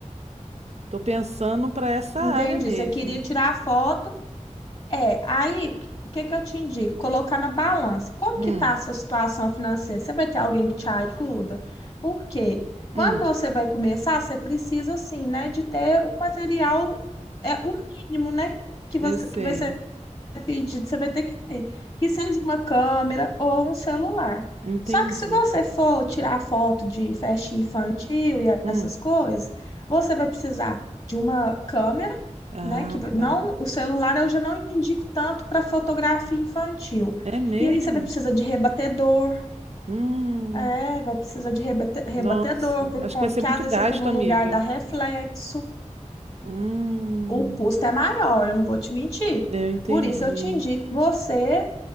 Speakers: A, on the right; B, on the left.
A: Tô pensando para essa
B: entendi.
A: área mesmo.
B: Você queria tirar foto, é. Aí, o que que eu te indico? Colocar na balança. Como
A: Hum,
B: que tá a sua situação financeira? Você vai ter alguém que te ajuda? Por quê?
A: hum,
B: Quando você vai começar, você precisa, assim, né, de ter um material, é o mínimo, né? Que você,
A: eu sei.
B: que vai ser pedido, você vai ter que ter, que seja uma câmera ou um celular.
A: Entendi.
B: Só que se você for tirar foto de festa infantil e
A: Hum,
B: essas coisas, você vai precisar de uma câmera,
A: ah,
B: né? Que va- não,
A: tá.
B: o celular eu já não indico tanto para fotografia infantil.
A: É mesmo?
B: E aí você vai precisar de rebatedor,
A: Hum,
B: é, vai precisar de rebate- rebatedor
A: nossa.
B: por
A: Acho
B: conta
A: que vai ser
B: que
A: muito
B: às vezes
A: gasto,
B: você está no
A: amiga.
B: lugar da reflexo.
A: Hum,
B: O custo é maior, eu não vou te mentir.
A: eu entendi.
B: Por isso eu te indico você